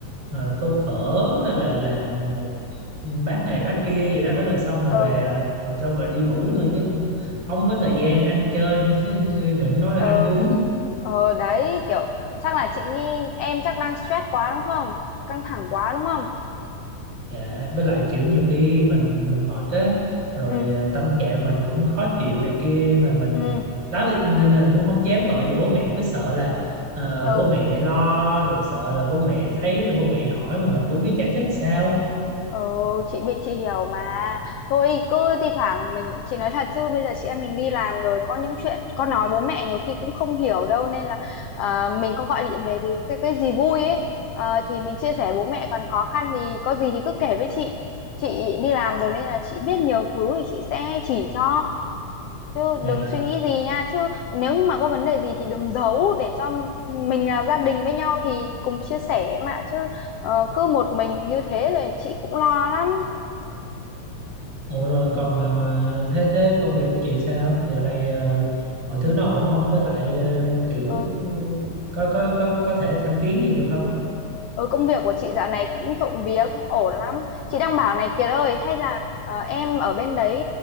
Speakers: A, on the right; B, on the left.
A: ờ, tô phở hay là làm một ừ, bát này bát kia vậy đó rồi xong rồi
B: ừ
A: về à, rồi xong rồi đi ngủ thôi chứ cũng không có thời gian ăn chơi nữa chứ đừng nói là
B: ừ
A: ăn uống
B: Ờ đấy kiểu chắc là chị nghĩ em chắc đang stress quá đúng không? Căng thẳng quá đúng không?
A: Dạ, với lại kiểu nhiều khi mình mình mệt á rồi
B: Ừ
A: ờ, tâm trạng mình cũng khó chịu này kia mà mình
B: ừ
A: đó là- nên là cũng không dám gọi về bố mẹ cứ sợ là ờ,
B: ừ.
A: bố mẹ lo rồi sợ là bố mẹ thấy rồi bố mẹ hỏi mà mình cũng biết giải thích sao.
B: Ờ chị bị chị hiểu mà. Thôi cứ thi thoảng mình chị nói thật chứ bây giờ chị em mình đi làm rồi có những chuyện con nói bố mẹ nhiều khi cũng không hiểu đâu nên là ờ, mình có gọi điện về thì cái cái gì vui ấy ờ, thì mình chia sẻ bố mẹ còn khó khăn thì có gì thì cứ kể với chị. Chị đi làm rồi nên là chị biết nhiều thứ thì chị sẽ chỉ cho. chứ
A: Dạ.
B: đừng suy nghĩ gì nha chứ nếu như mà có vấn đề gì thì đừng giấu để cho mình là gia đình với nhau thì cùng chia sẻ mà chứ ờ, cứ một mình như thế rồi chị cũng lo lắm
A: Ủa rồi
B: ừ,
A: còn ờ, thế thế công việc của chị sao? Dạo này ờ, mọi
B: ừ,
A: thứ nó ổn không? Với lại ờ, kiểu
B: ừ.
A: ừ, có có có có thể thăng tiến gì được không?
B: Ừ, công việc của chị dạo này cũng trộm vía cũng ổn lắm. Chị đang bảo này Kiệt ơi, hay là ờ, em ở bên đấy